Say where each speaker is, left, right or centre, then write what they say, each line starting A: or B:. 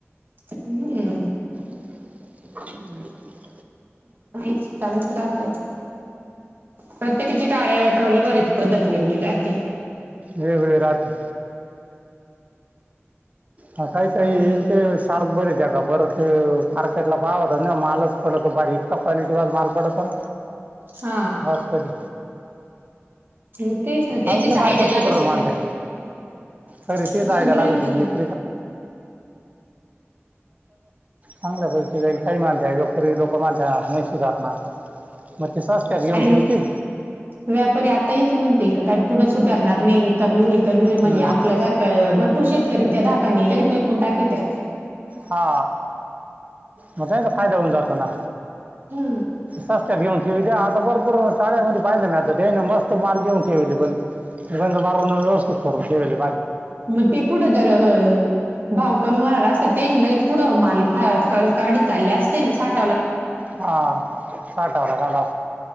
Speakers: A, on the right; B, on the right.
A: हम्
B: <unintelligible>
A: चालच रात प्रतेकची ट ट्रॉली भरची पद्धत वेगली राते
B: वेगळी राते. ह काही काही
A: ट्रॉली
B: ते शार्क बर त्या का परत मार्केटला पावत मालच पडतो बारी इतका क्वालिटी वा माल पडतो
A: हा
B: वाज कधी
A: म तेच ना त्याची
B: अजून
A: साईड
B: मार्केट
A: लागती
B: सुधरल मानत्या
A: खरी <unintelligible>
B: तरी तीच आयडिया <unintelligible> चांगल्या पैकी जाईल काही माणस योपरी लोक माणसणार नाही सुधारणार मग ते सस्त्यात घेऊन
A: अरे
B: ठेवतील
A: व्यापारी आता हेच म्हणतील का काय थोडं सुधारणार नाही कमी होईल कमी होईल म्हणजे
B: हम्म
A: आपल्या सारखं भरपूर शेतकरी त्या धाक कनी लगेच विकून टाकीत्या
B: हा म त्यांचा फायदा होऊन जातो ना
A: ह
B: सस्त घिऊन आता भरपूर शाळेमध्ये पाहिलं ना त ते ता मस्त माल घेऊन ठेवीली पण त्यांच मारून व्यवस्थित करून ठेवीली
A: मग ते कुठं जर भाव कमी होणार असल तेन ल पुढं माल गडीत चालली असते ना साठ
B: हा साठवला झाला